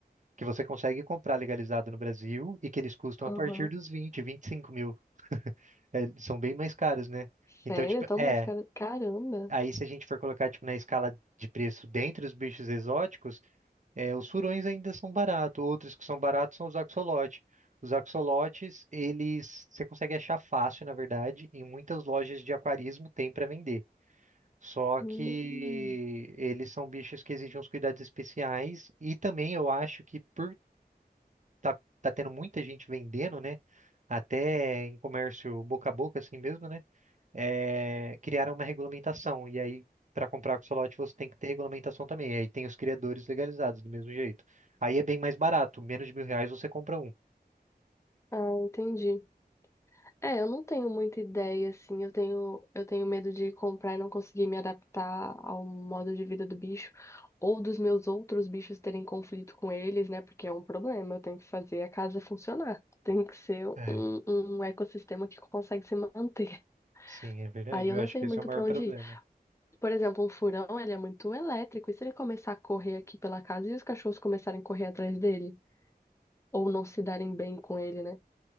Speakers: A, on the right; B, on the left.
A: que você consegue comprar legalizado no Brasil e que eles custam
B: Aham.
A: a partir dos vinte, vinte e cinco mil. É, são bem mais caros, né? Então,
B: Sério?
A: tipo,
B: Tão
A: é.
B: mais caro? Caramba.
A: Aí, se a gente for colocar, tipo, na escala de preço dentre os bichos exóticos, é, os furões ainda são baratos. Outros que são baratos são os axolotes. Os axolotes, eles você consegue achar fácil, na verdade, em muitas lojas de aquarismo tem para vender. Só
B: Hum.
A: que eles são bichos que exigem uns cuidados especiais. E também eu acho que por tá, tá tendo muita gente vendendo, né? Até em comércio boca a boca, assim mesmo, né? é, criaram uma regulamentação. E aí, para comprar axolote, você tem que ter regulamentação também. E aí tem os criadores legalizados do mesmo jeito. Aí é bem mais barato, menos de mil reais você compra um.
B: Ah, entendi. É, eu não tenho muita ideia, assim. Eu tenho, eu tenho medo de comprar e não conseguir me adaptar ao modo de vida do bicho, ou dos meus outros bichos terem conflito com eles, né? Porque é um problema. Eu tenho que fazer a casa funcionar. Tem que ser
A: É,
B: um, um ecossistema que consegue se manter.
A: sim,
B: <laughs>
A: é verdade.
B: Aí eu
A: Eu
B: não
A: acho
B: sei
A: que esse
B: muito
A: é o maior
B: pra
A: problema.
B: onde ir. Por exemplo, um furão, ele é muito elétrico. E se ele começar a correr aqui pela casa e os cachorros começarem a correr atrás dele? Ou não se darem bem com ele, né?